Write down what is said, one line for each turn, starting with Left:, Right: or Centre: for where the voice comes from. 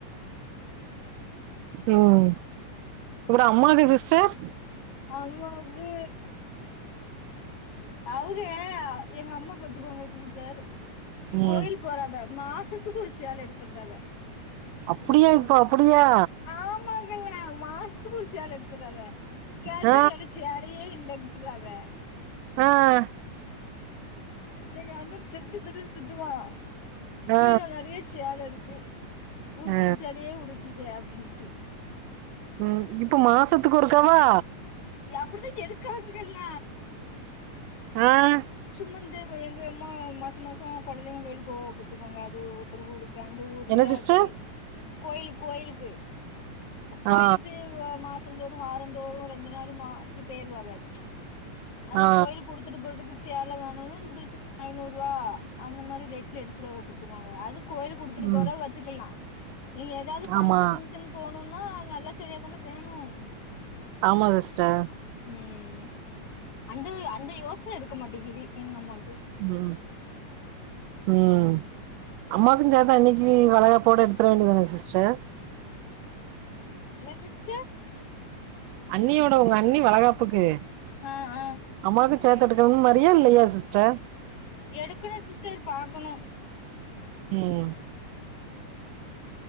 Right: உம் அப்புறம் அம்மாக்கு சிஸ்டர்
Left: அவுங்க வந்து அவுக எங்க அம்மா பாத்துக்கோங்க சிஸ்டர்
Right: ம்
Left: கோயில் போறக மாசத்து க்கு ஒரு சேல எடுத்துருதாவ
Right: அப்படியா
Left: பாத்துக்கோங்க
Right: இப்ப அப்படியா
Left: ஆமாங் மாசத்துக்கு ஒரு சேலை எடுத்துறாவ கேட்டா
Right: ஆ
Left: என்ட சேலையே இல்ல ன்ட்ராவ
Right: ஆஹ்
Left: எங்க அண்ண திட்டு திட்டுன்னு திட்டுவான்
Right: ஆ
Left: பீரோ நிறைய சேல இருக்கு உடுத்துன
Right: ஆ
Left: சேலையே உடுக்கிக அப்படின்ட்டு
Right: உம் இப்ப மாசத்துக்கு ஒருக்காவா
Left: அப்படிதான் எடுக்காங்கல்ல
Right: ஆஹ்
Left: சும்ம இந்த எங்க அம்மா மாசம் மாசம் குல தெய்வம் கோயிலுக்கு போவாக பாத்துக்கோங்க அது ஒரு ஊருக்கு அந்த ஊர்ல
Right: என்ன சிஸ்டர்
Left: போய் கோயில் கோயிலுக்கு கோயிலுக்கு
Right: ஆ
Left: மாசந்தோறும் வாரந்தோறும் ரெண்டு நாளு அப்டி பேயிருவாக அந்த
Right: ஆ
Left: கோயிலுக்கு உடுத்துட்டு போறதுக்கு சேல வேணும்னு ஐநூறு ரூபா அந்த மாதிரி ரேட்ல எடுத்திருவாக பாத்துக்கோங்க அதுக்கு கோயில் உடுத்துட்டு
Right: ம்
Left: போராவ வச்சுக்கலாம் இல்ல ஏதாவது பங்க்ஷன்
Right: ஆமா
Left: கிங்ஷன் போ போனும்னா அது நல்லா சேலயாதானே வேணும்
Right: ஆமா சிஸ்டர்
Left: உம் அந்த அந்த யோசனை இருக்க மாட்டேங்குது எங்க அம்மா
Right: உம் உம்
Left: ம்
Right: அம்மாக்கும் சேத்து அண்ணிக்கு வளகாப்போட எடுத்துர வேண்டியதானே சிஸ்டர்
Left: என்ன சிஸ்டர்
Right: அண்ணியோட உங்க அண்ணி வளகாப்புக்கு
Left: ஆஹ் ஆஹ்
Right: அம்மாக்கு சேத்து எடுக்கன்னு மரியா இல்லையா சிஸ்டர்
Left: எடுக்கணு சிஸ்டர் பாக்கணு
Right: ம்